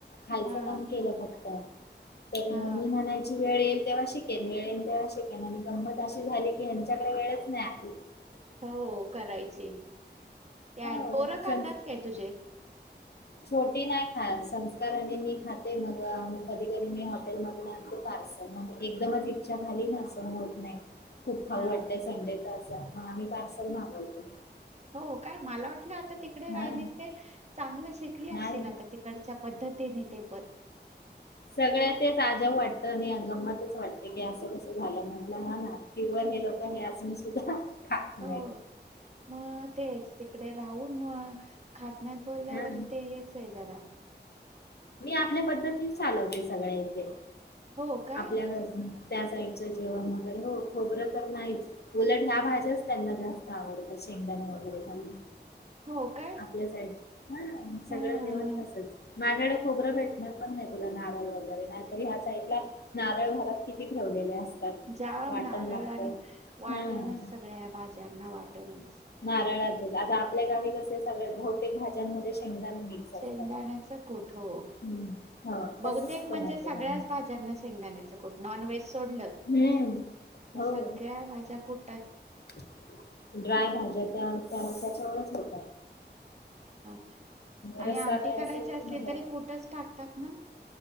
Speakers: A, on the left; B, on the right.
A: खायचं
B: हा
A: म्हणून केलं फक्त. तेव्हा
B: हा
A: मी म्हणायची वेळ येईल तेव्हा शिकेन. वेळ येईल तेव्हा शिकेन आणि गंमत अशी झाली की ह्यांच्याकडे वेळच नाही आली.
B: हो करायचे ते आहे.
A: हो
B: पोरं खातात
A: सं
B: काय तुझे?
A: छोटी नाही खात. संस्कार आणि मी खाते. मग म कधी-कधी मी हॉटेल मधून आणते पार्सल मग एकदमच इच्छा झाली ना सहण होत नाही. खूप खाऊ
B: हा
A: वाटतंय संडे मग आम्ही पार्सल मागवतो.
B: हो काय मला वाटलं. तिकडे
A: हा
B: राहिली ते चांगलं शिकली
A: नाही
B: असशील आता तिकडच्या. पद्धतीने ते पण.
A: सगळ्यातच अजब वाटत. आणि हे गमतच वाटते. की असं कसं झालं म्हंटलं हा ना पीवर हे लोक असे असून सुद्धा. खात नाही
B: हो मग तेच तिकडे राहून म. खात. नाही बोलल्यावर
A: हा
B: ते हेच आहे जरा.
A: मी आपल्या पद्धतीत चालवते सगळ्या इथे.
B: हो काय
A: आपल्या घरच‌. त्या साईडचं जेवण वगैरे हो खोबरं तर नाहीच उलट ह्या भाज्याच त्यांना जास्त आवडतात. शेंगदाणे वगैरे घालुन.
B: हो काय
A: आपल्या साईडच ह सगळं
B: हा
A: जेवण तसच. माझ्याकडे खोबरं भेटणार पण नाही तुला. नारळ वगैरे नाहीतरी ह्या साईडला नारळ घरात किती ठेवलेले असतात.
B: जाम
A: वाटण
B: नारळ
A: लागत
B: आणि वाटणच
A: हा
B: सगळ्या भाज्यात. नावाट टणच- <inaudible>
A: नारळाचच आता आपल्या गावी कसे सगळ बहुतेक भाज्यांमध्ये शेंगदाणे मिक्स असतात.
B: शेंगदाण्याच कुठ हो,
A: हम्म.
B: <inaudible>
A: हा
B: बहुतेक
A: तसच
B: म्हणजे
A: बनवते
B: सगळ्याच
A: मम्मा.
B: भाज्यांना शेंगदाण्याचं कुट नॉनव्हेज सोडलं,
A: हम्म.
B: <inaudible> तर
A: हो
B: सगळ्या भाज्या कुठ.
A: <inaudible> ड्राय भाज्या त्या त्याच्यावर पण हो
B: <inaudible> आणि
A: रस्सा
B: आमटे
A: काय
B: करायचे
A: असेल
B: असले
A: की मग वाटण.
B: तरी कुठंच टाकतात ना?